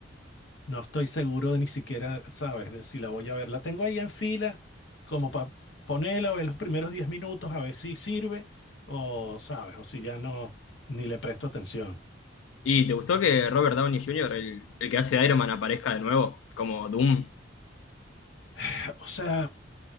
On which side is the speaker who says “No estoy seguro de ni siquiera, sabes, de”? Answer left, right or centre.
Left